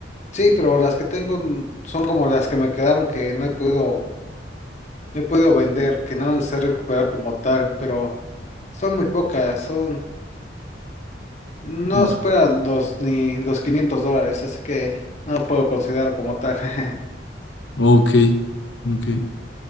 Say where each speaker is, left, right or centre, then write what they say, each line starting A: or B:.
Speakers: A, on the left; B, on the left.
A: Sí, pero las que tengo n- son como las que me quedaron que no he podido, no he podido vender, que no se han recuperado como tal, pero son muy pocas, son, no
B: Mm,
A: superan los ni los 500 dólares, así que no puedo considerar como tal. <laughs>
B: Ok, ok.